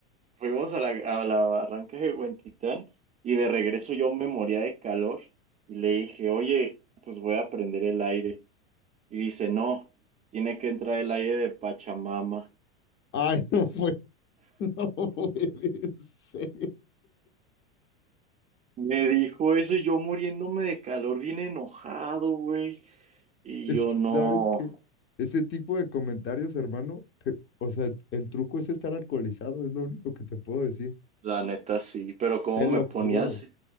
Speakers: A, on the right; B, on the left.
A: fuimos a la, a la barranca de Huentitán y de regreso yo me moría de calor y le dije, oye, pues voy a prender el aire. Y dice, no, tiene que entrar el aire de Pachamama.
B: Ay, <laughs> no fue, no puede ser.
A: Me dijo eso y yo muriéndome de calor, bien enojado, güey. Y
B: Es
A: yo
B: que,
A: no.
B: ¿sabes qué? Ese tipo de comentarios, hermano, te- o sea, el truco es estar alcoholizado, es lo único que te puedo decir.
A: La neta sí, pero cómo
B: Te lo
A: me ponías,
B: juro,